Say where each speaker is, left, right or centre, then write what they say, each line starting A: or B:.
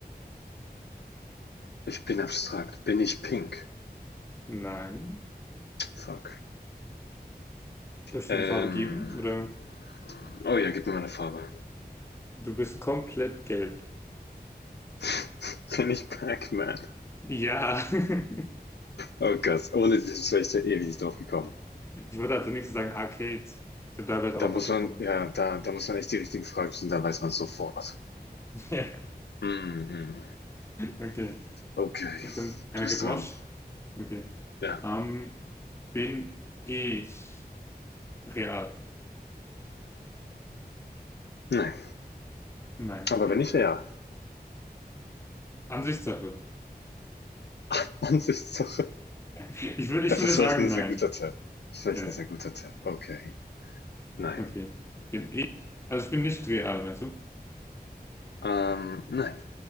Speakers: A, on the left; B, on the left.
A: Ich bin abstrakt. Bin ich pink?
B: Nein.
A: Fuck.
B: Soll ich
A: Ähm.
B: dir die Farbe geben? Oder
A: Oh ja, gib mir mal eine Farbe.
B: du bist komplett gelb.
A: <laughs> Bin ich Pac-Man?
B: Ja. <laughs>
A: Oh Gott, ohne dieses wäre ich da ewig nicht drauf gekommen.
B: Ich würde als nächstes sagen Arcade. Sind teilweise
A: Da
B: auch
A: muss
B: aufgekommen.
A: man, ja, da, da muss man echt die richtigen Fragen stellen, da weiß man sofort.
B: Ja. <laughs>
A: Mhm.
B: Okay.
A: Okay,
B: Gut, dann eine
A: du bist
B: Revanche.
A: dran.
B: Okay.
A: Ja.
B: Ähm, bin ich real?
A: Nein.
B: Nein,
A: Aber
B: okay.
A: wenn nicht, ja.
B: Ansichtssache.
A: <laughs> Ansichtssache.
B: Ich würde, ich
A: Es
B: würde
A: ist
B: sagen,
A: vielleicht ein
B: nein.
A: sehr guter Tipp. Ist vielleicht
B: Ja,
A: ein sehr guter Tipp. Okay. Nein.
B: okay. Bin ich, also ich bin nicht real, meinst du?
A: Ähm, nein.